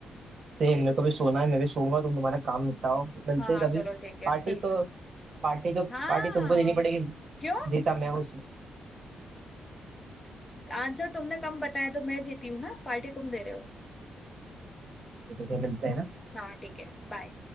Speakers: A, on the right; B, on the left.
A: सेम मेरे को भी सोना है मैं भी सोऊंगा तुम तुम्हारा काम निपटाओ मिलते
B: हाँ
A: हैं
B: हाँ
A: कभी
B: चलो ठीक है
A: पार्टी
B: बिल्कुल
A: तो पार्टी तो
B: हाँ
A: पार्टी तुमको देनी पड़ेगी
B: क्यों
A: जीता मैं हूँ उसमें
B: आंसर तुमने कम बताया तो मैं जीती हूँ ना पार्टी तुम दे रहे हो
A: क्या मिलते हैं ना
B: हाँ ठीक है बाय